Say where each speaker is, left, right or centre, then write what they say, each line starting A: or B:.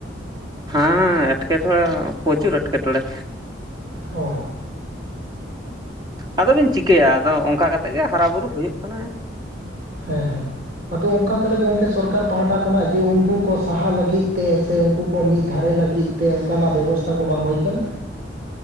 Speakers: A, on the right (about 20°); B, on the right (about 45°).
A: ᱦᱮᱸ ᱮᱸᱴᱠᱮᱴᱚᱬᱮ ᱯᱚᱪᱩᱨ ᱮᱸᱴᱠᱮᱴᱚᱬᱮ᱾
B: ᱦᱚ
A: ᱟᱫᱚᱵᱤᱱ ᱪᱤᱠᱟᱹᱭᱟ ᱟᱫᱚ ᱚᱱᱠᱟ ᱠᱟᱛᱮᱫ ᱜᱮ ᱦᱟᱨᱟ ᱵᱩᱨᱩ ᱦᱩᱭᱩᱜ ᱠᱟᱱᱟ᱾
B: ᱦᱮᱸ ᱦᱮᱸ᱾ ᱟᱫᱚ ᱚᱱᱠᱟ ᱛᱟᱦᱚᱞᱮ ᱜᱚᱝᱠᱮ ᱥᱚᱨᱠᱟᱨ ᱯᱟᱦᱟᱴᱟ ᱠᱷᱚᱱᱟᱜ ᱡᱮ ᱩᱱᱠᱩ ᱠᱚ ᱥᱟᱦᱟ ᱞᱟᱹᱜᱤᱫ ᱛᱮ ᱥᱮ ᱩᱱᱠᱩ ᱠᱚ ᱢᱤᱫ ᱫᱷᱟᱨᱮ ᱞᱟᱹᱜᱤᱫ ᱛᱮ ᱚᱱᱠᱟᱱᱟᱜ ᱵᱮᱵᱚᱥᱛᱷᱟ ᱠᱚ ᱵᱟᱝ ᱦᱩᱭ ᱠᱟᱱᱟ?